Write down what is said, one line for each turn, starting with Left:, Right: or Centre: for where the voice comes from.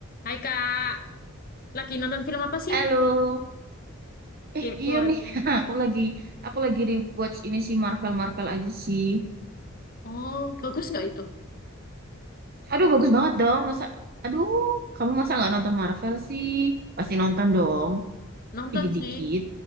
Left: Hai Kak, lagi nonton film apa sih?
Right: Halo,
Left: Kepo
Right: eh iya
Left: aku.
Right: nih, <laughs> aku lagi aku lagi rewatch ini sih Marvel Marvel aja sih.
Left: Oh, bagus nggak itu?
Right: Aduh bagus banget dong, masa, aduh kamu masa nggak nonton Marvel sih? Pasti nonton dong,
Left: Nonton
Right: dikit-dikit.
Left: sih,